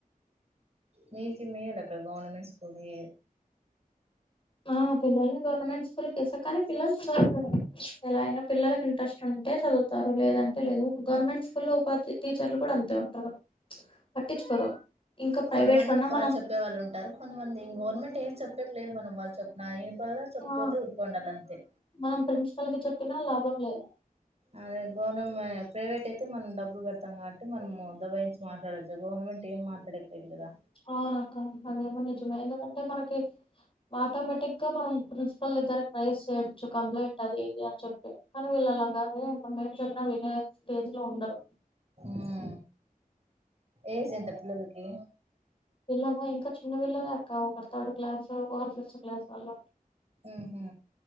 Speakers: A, on the right; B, on the left.
A: మీకే మేలక్క గవర్నమెంట్ స్కూలీ
B: ఆ పిల్లల్ని గవర్నమెంట్ స్కూ స్కూల్ కేసా కానీ పిల్లలు చదువుత ఎల అయినా పిల్లలకి ఇంట్రెస్ట్ ఉంటే చదువుతారు లేదంటే లేదు గవర్నమెంట్ స్కూళ్ళోకి వచ్చే టీచర్లు కూడా అంతే ఉంటారు పట్టించుకోరు ఇంకా ప్రైవేట్
A: కొంతమంది
B: కన్నా
A: బాగా
B: మనం
A: చెప్పే వాళ్ళు ఉంట గవర్నమెంట్ ఏం చెప్పేక్ లేదు మనం వాళ్ళు చెప్ప నా ఇన్పల్లా చెప్పుపోతే
B: ఆ
A: ఉపోండాల అంతే
B: మనం ప్రిన్సిపల్ కి చెప్పినా లాభం లేదు
A: అదే గవర్నమె ప్రైవేట్ అయితే మనం డబ్బులు కడాతం కాబట్టి మనము దబ్బయి మాట్లాడొచ్చు గవర్నమెంట్ ఏం మాట్లాడేకి లేదు కదా
B: అవునక్క అదేమ నిజమే ఎందుకంటే మనకి ఆటోమేటిక్ గా మనం ప్రిన్సిపల్ దగ్గర రైస్ చేయొచ్చు కంప్లైంట్ అది ఇది అని చెప్పి కానీ వీళ్ళు అలాగాదే మనం ఏం చెప్పినా వినే స్టేజ్ లో ఉండరు
A: ఆ ఏజ్ ఎంత పిల్లలకి
B: పిల్లల ఇంకా చిన్న పిల్లలేక్క ఒకరూ థర్డ్ క్లాస్ ఒకరూ ఫిఫ్త్ క్లాస్ వాళ్ళు
A: ఊహు